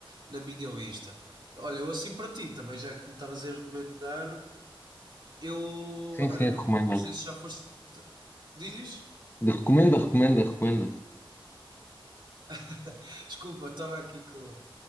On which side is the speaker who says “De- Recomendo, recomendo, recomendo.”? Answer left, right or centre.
Left